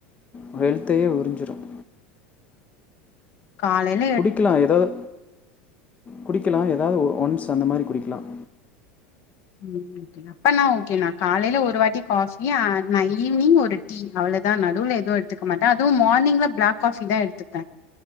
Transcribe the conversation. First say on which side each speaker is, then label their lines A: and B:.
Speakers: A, on the left (about 25°); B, on the left (about 50°).
A: ஒரு ஹெல்த்தயே உறிஞ்சுரும்
B: காலைல
A: குடிக்கலா எதாது குடிக்கலாம் எதாவது ஒ ஒன்ஸ் அந்த மாரி குடிக்கலாம்
B: ம் ஓகே அப்பனா ஓகே நா காலையில ஒரு வாட்டி காபி அ நா ஈவ்னிங் ஒரு டீ டீ அவ்ளதான் நடுவுல எதும் எடுத்துக்க மாட்டேன் அதுவும் மான்னிங்ல பிளாக் காபி தான் எடுத்துப்பேன்